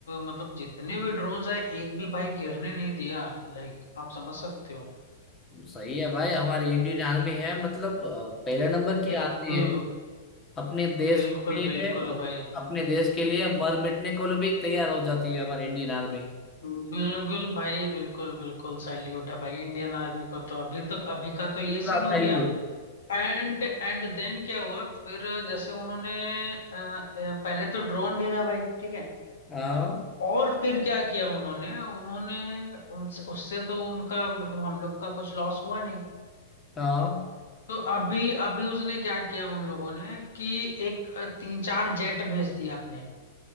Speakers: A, on the left; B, on the left.
A: मतलब जितने भी ड्रोन्स है एक भी भाई गिरने नहीं दिया लाइक आप समझ सकते हो
B: सही है भाई हमारी इंडियन आर्मी है मतलब अ, पहले नंबर की
A: बिल्कुल
B: आर्मी अपने देश
A: बिल्कुल
B: के
A: बिल्कुल
B: लिए
A: भाई
B: अपने देश के लिए मर मिटने को भी तैयार हो जाती है हमारी इंडियन आर्मी
A: बिल्कुल भाई बिल्कुल बिल्कुल सैल्यूट है भाई इंडियन आर्मी को तो अभी तक अभी का तो ये
B: पूरा
A: सीन हो
B: सैल्यूट
A: गया एंड एंड देन क्या हुआ फिर जैसे उन्होंने अ, अ, पहले तो ड्रोन भेजा भाई ठीक है
B: हाँ
A: और फिर क्या किया उन्होंने उन्होंने उनसे उससे तो उनका मतलब हम लोग का कुछ लॉस हुआ नहीं
B: हाँ
A: तो अभी अभी उसने क्या किया उन लोगों ने कि एक अ, तीन चार जेट भेज दिया अपने